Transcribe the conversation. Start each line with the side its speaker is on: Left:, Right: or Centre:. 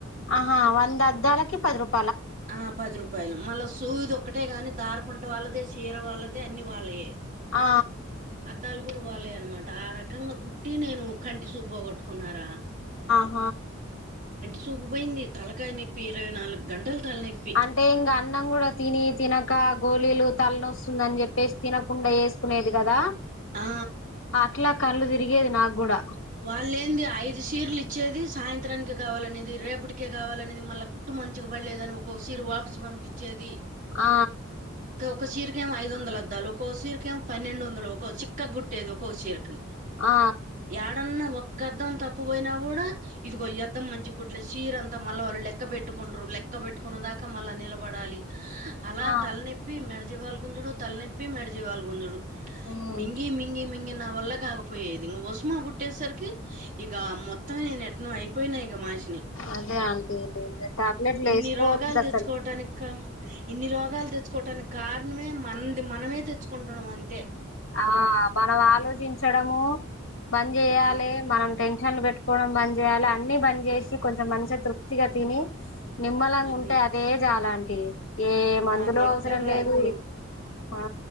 Left: ఆహా వంద అద్దలకి పది రూపాయ
Right: ఆ పది రూ పాయలు మళ్ళ సూది ఒక్కటే కానీ దార పుంట వాళ్ళదే చీర వాళ్ళదే అన్ని వాళ్ళయే
Left: ఆ
Right: అద్దాలు కూడా వాల్లయే అనమాట ఆ రకంగా కుట్టి నేను కంటి చూపు పోకొట్టుకున్నారా
Left: ఆ
Right: చూపు పోయింది తలకాయ నొప్పి ఇరవై నాలుగు గంటల తలనొప్పి
Left: అంటే ఇంగ అన్నం కూడా తిని తినక గోళీలు తల నో స్తుంది అని చెప్పేసి తినకుండా వేసుకునేది కదా
Right: ఆ
Left: అట్లా కళ్ళు తిరిగేది నాకు కూడా
Right: వాళ్ళు ఏంది ఐదు షీర్లు వచ్చేది సాయంత్రానికి కావాలనేది రేపటికే కావాలనేది మళ్ళ కుట్టు మంచిగా పడలేద అని ఒకొక చీర వాపసు పంపిచేది
Left: ఆ
Right: ఒక చీర కి ఏమో ఐదు వందలు అద్దాలు ఒక్కొ చీర కి ఏమో పన్నెండు వందలు ఒక చిక్కగా గుట్టేది ఒకో చీరకి
Left: ఆ
Right: ఏడన్నా ఒక్క అద్దం తప్పు పోయినా కూడా ఇదిగయ అద్దం మంచి గుట్టలే చీర అంతా మళ్ళ వాళ్ళు లెక్క పెట్టుకుంట్రు లెక్క పెట్టుకున్న దాకా మళ్ళా నిలబడాలి అలా
Left: ఆ
Right: తలనొప్పి మెడజివాళ గుంజుడు తలనొప్పి మెడజివాళ గుంజుడు
Left: ఉమ్
Right: మింగి మింగి మింగి నా వళ్ల కాక పోయేది ఇంగ మా పుట్టేసరికి ఇగ మొత్తమే నేను ఎట్న అయిపోయినా ఇగా మాచని
Left: అదే ఆంటీ టాబ్లెట్లు
Right: ఇన్ని
Left: వేసుకోవద్దు
Right: రోగాలు తెచ్చుకోవటానికి
Left: అసలు
Right: కా ఇన్ని రోగాలు తెచ్చుకోవటానికి కారణమే మనది మనమే తెచ్చుకుంటున్నాం అంతే
Left: ఆ మనం ఆలోచించడము బని చేయాలి
Right: ఆ
Left: మనం టెన్షన్లు పెట్టు కోడం బంద్ చేయాలి అన్ని బంద్ చేసి కొంచెం మంచిగా తృప్తిగా తిని నిమ్మలంగా
Right: అది
Left: ఉంటే అదే జాలాంటి ఏ మందులు
Right: నాకెక్కడ్రా
Left: అవసరం లేదు
Right: ఇప్పుడు
Left: ఆ